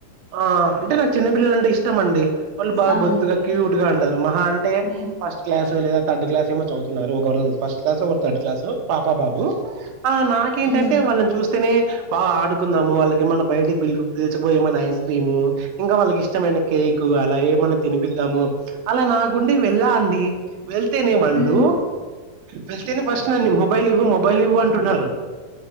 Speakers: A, on the right (about 80°); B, on the left (about 70°).
A: ఆ అంటే నాకు చిన్నపిల్లలంటే ఇష్టమండి వాళ్ళు బాగా
B: అవునులేండి
A: బొత్తుగా క్యూట్గా ఉండారు మహా అంటే
B: ఉమ్
A: ఫస్ట్ క్లాస్ లేదా థర్డ్ క్లాస్ ఏమో చవుతున్నారు ఒకరు ఫస్ట్ క్లాస్ ఒకరు థర్డ్ క్లాస్ పాప బాబు ఆ నాకేంటంటే
B: ఉమ్
A: వాళ్ళని చూస్తేనే బాగా ఆడుకుందాము వాళ్ళకి ఏమైనా బయటికి పిలి పిలిచిపోయి ఏమైనా ఐస్ క్రీము ఇంకా వాళ్ళకి ఇష్టమైన కేక్ అలా ఏమన్నా తినిపిద్దాము అలా నా గుండి వెళ్ళ డి వెళ్తేనే వాళ్ళు
B: ఉమ్
A: వెళ్తేనే ఫస్ట్ నన్ని మొబైల్ ఇవ్వు మొబైల్ ఇవ్వు అంటున్నారు